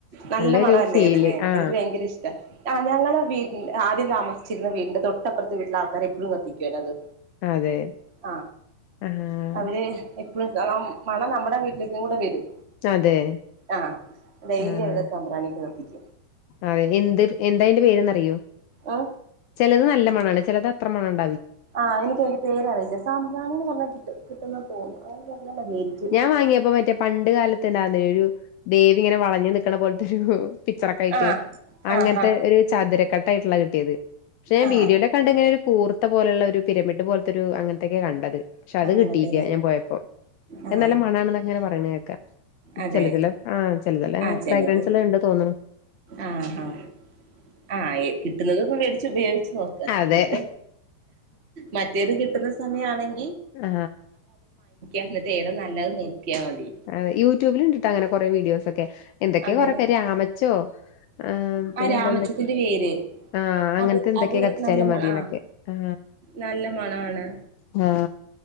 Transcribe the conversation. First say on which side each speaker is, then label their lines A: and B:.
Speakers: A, on the right; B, on the left.
A: നല്ല
B: നല്ലരു
A: മണമല്ലേ
B: ഫീല് ആ
A: <unintelligible> ഭയങ്കര ഇഷ്ട ആ ഞ ആ താ ചിന്ന് വീണ്ടന്റെ തൊട്ടപ്പുറത്ത് വീട്ടില ആൾക്കാ എഴും കത്തിക്കുവും അത്
B: അതെ
A: ആ
B: ആഹ്
A: അവര് എപ്പഴും മണം നമ്മുടെ വീ <unintelligible> വരും
B: അതെ
A: ആ ഡെയലി
B: ആഹ്
A: അവരെ സംഭ്രാണിക്ക് കത്തിക്കും
B: അതെ എന്ത് എന്താ അതിന്റെ പേര്ന്ന്റിയോ
A: ഏ
B: ചിലത് നല്ല മണാണ് ചിലത് അത്ര മണാണ്
A: ആഹ് എനീക്ക് അതിൻ്റെ പേര്റിയില്ല സാമ്പ്രാണി എന്ന് പറഞ്ഞാ കിട്ടും കിട്ടുന്ന തോന്നുന്നു പറഞ്ഞാൽ മതിയായിരിക്കും
B: ഞാൻ വാങ്ങിയപ്പോ മറ്റേ പണ്ട് കാലത്ത്ണ്ടാന്ന ഒരു ദേവി ഇങ്ങനെ വളഞ്ഞു നിൽക്കണ പോലത്തെരു പിക്ച്ചറക്കെ ആയിട്ട്
A: ആ
B: അങ്ങനത്തെ
A: ആ ആ
B: ഒരു ചതുരക്കെട്ട ആയിട്ടുള്ള കിട്ടിയത് പക്ഷെ
A: ആ
B: വീഡീയോയിലെ കണ്ട ഇങ്ങനെ ഒരു കൂർത്ത പോലുള്ള ഒരു പിരമിഡ് പോലെ രു അങ്ങനത്തക്കെ കണ്ടത് പക്ഷെ അത്
A: അങ്ങനത്തെല്ലേ
B: കിട്ടിരില ഞാൻ പോയപ്പോ
A: ആ
B: എന്നല്ല മണാണ അങ്ങനെ പറയണ കേക്കാം
A: അതെ
B: ചില ചല ആ ചെതല്ല
A: ആ ചിലത്
B: ഫ്രാഗ്രൻസ് എല്ലാം ഇണ്ട് തോന്നണ
A: ആ ആ ആഹ് കിട്ടുന്നുന്നത് മേടിച്ച് ഉപയോഗിച്ചു നോകാം
B: അതെ
A: എന്നിട്ട് മറ്റേത് കിട്ടുന്ന സമയ ആണെങ്കിൽ
B: ആ
A: എന്നിട്ട് ഏതോ നല്ലത് നോക്കിയാൽ മതി
B: <unintelligible> യൂട്യൂബിൽ ഇണ്ടിട്ടാ അങ്ങനെ കൊറെേ വീഡിയോസ ഒക്കെ എന്തൊക്കെയ
A: അതെല്ലേ
B: കൊറെ പേര് രമച്ചോ ആ ന
A: ആ
B: പിന്നെ
A: രാമച്ചത്തിന്റെ
B: എന്താ എന്തൊക്കെ
A: വേര്
B: ആ അങ്ങനത്തെ
A: അത്
B: എന്തൊക്കെയ
A: അത്
B: കത്തിച്ചാലും
A: നല്ല മണ
B: മതിന്നൊക്കെ
A: ആ
B: ആ
A: നല്ല മണാണ്
B: ആ